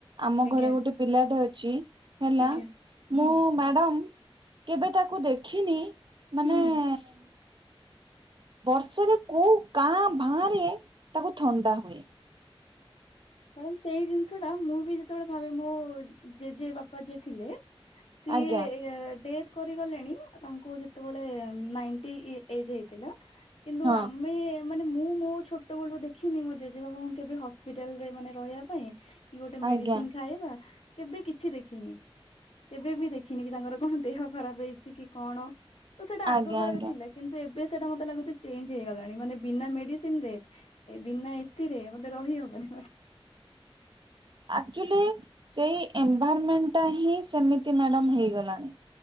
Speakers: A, on the right; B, on the left.
A: ଆମ
B: ଆଜ୍ଞା
A: ଘରେ ଗୋଟେ ପିଲାଟେ ଅ ଚିଁ। ହେଲା
B: ଆଜ୍ଞା ହୁଁ
A: ମୁଁ ମ୍ୟାଡାମ୍ କେବେ ତାକୁ ଦେଖିନି। ମାନେ-ଏ
B: ହୁଁ
A: -ଏଁ। ବର୍ଷରେ କଉ କାଁ ଭାଁ ରେ ତାକୁ ଥଣ୍ଡା ହୁଏ।
B: ମ୍ୟାଡ଼ମ୍ ସେଇ ଜିନିଷ ଟା ମୁଁ ବି ଯେତେବେଳେ ଭାବେ ମୋ ଜେଜେ ବାପା ଜେ ଥିଲେ ସିଏ
A: ଆଜ୍ଞା
B: ଡେଥ କରିଗଲେଣି ତାଙ୍କୁ ଯେତେବେଳେ ନାଇଣ୍ଟି ଏଜ ହେଇ ଥିଲା କିନ୍ତୁ
A: ହଁ
B: ଆମେ ମାନେ ମୁଁ ମୋ ଛୋଟବେେଳରୁ ଦେଖିନି ମୋ ଜେଜେ ବାବାଙ୍କୁ କେବେ ହସ୍ପିଟାଲ। ମାନେ ରହିବା ପାଇଁ। କି ଗୋଟେ ମେଡିସିନ
A: ଆଜ୍ଞା
B: ଖାଇବା। କେବେ କିଛି ଦେଖିନି କେବେ ବି ଦେଖିନି କି ତାଙ୍କର କଣ ଦେହ ଖରାପ ହେଇଛି କି କଣ। ତ ସେଟା
A: ଆଜ୍ଞା
B: ଆଗ କଳରେ
A: ଆଜ୍ଞା
B: ଥିଲା କିନ୍ତୁ ଏ। ଏବେ ସେଟା ମତେ ଲାଗୁଛି ଚେଞ୍ଜ ହେଇଗଲାଣି ମାନେ ବିନା ମେଡିସିନ ରେ ବିନା ଏସି ରେ ମତେ ରହିହବନି?
A: ଆଚୁ ସେଇ ଏନଭରମେଣ୍ଟା ହିଁ ସେମି ମ୍ୟାଡ଼ ହେଇଗଲାଣି।